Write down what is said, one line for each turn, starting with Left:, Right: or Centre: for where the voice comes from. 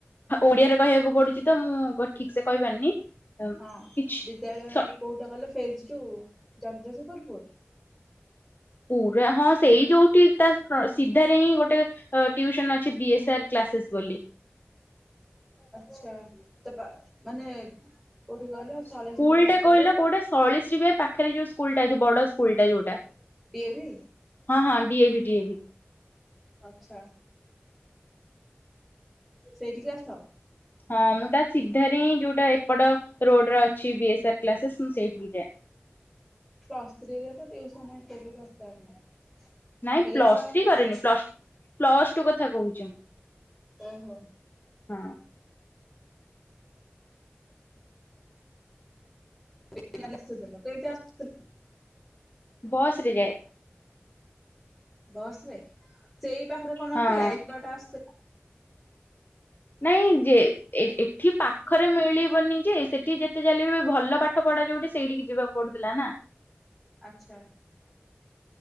Left: ଓଡିଆରେ କହିବାକୁ ପଡୁଛି ତ ମୁଁ ଠିକ ସେ କହିପାରୁନି। ଅମ୍,
Centre: ହଁ
Left: କିଛି
Centre: ବିଦ୍ୟାଳୟ
Left: ସ-
Centre: କୋଉଟା ଗଲେ ଫେଜ ଟୁ। ଚନ୍ଦ୍ରଶେଖରପୁର।
Left: ପୁରା ହଁ ସେଇ ଯୋଉଠି ତା ସିଧାରେ ହିଁ ଗୋଟେ ଟିଉସନ୍ ଅଛି ବି ଏସ୍ ଅର୍ କ୍ଲା ସେସ୍ ବୋଲି।
Centre: ଆଛା ତ ମାନେ କୋଉଠି କହିଲ
Left: ସ୍କୁଲ
Centre: ସଳେଶ୍ୱର ମାର୍କେଟ
Left: ଟେ କହିଲ କୋଉଟା ସଳେଶ୍ରୀ ବିହାର ପାଖରେ ଯୋଉ ସ୍କୁଲ ଟା ଯେ ବଡ ସ୍କୁଲ ଟା ଯୋଉଟା
Centre: ଡିଏଭି
Left: ହଁ ହଁ ଡିଏଭି ଡିଏଭି।
Centre: ଆଛା ସେଇଠିକି ଆସ।
Left: ହଁ ମୁଁ ତା ସିଧାରେ ହିଁ ଯୋଉଟା ଏପଟ ରୋଡ ଅଛି ବି ଏସ୍ ଆର କ୍ଲାସେସ୍ ମୁଁ ସେଇଠି କି ଯାଏ।
Centre: ପ୍ଲସ ଥ୍ରି ରେ ତ ଟିଉସନ୍ ଏତେ ବି ଦରକାର ନାହିଁ।
Left: ନାଇଁ
Centre: ହେଲେ
Left: ପ୍ଲସ୍
Centre: ବି ତମେ
Left: ଥ୍ରୀ
Centre: କରୁଛ।
Left: କରିନି ପ୍ଲସ୍ -ପ୍ଲସ୍ ଟୁ କଥା କହୁଛି ମୁଁ।
Centre: ଓହୋ।
Left: ହଁ।
Centre: <unintelligible>
Left: ବସ୍ ରେ ଯାଏ।
Centre: ବସରେ ସେଇ ପାଖରେ କଣ ନଥିଲା
Left: ହଁ
Centre: ଏପଟେ ଆସ
Left: ନାଇଁ ଯେ ଏଠି ପାଖରେ ମିଳିବନି ଯେ ସେଠି ଯେତେ ଯାହା ହେଲେ ବି ଭଲ ପାଠ ପଢା ଟା ଯୋଉଠି ସେଇଠିକି ଯିବାକୁ ପଡୁଥିଲା ନା।
Centre: ଆଚ୍ଛା।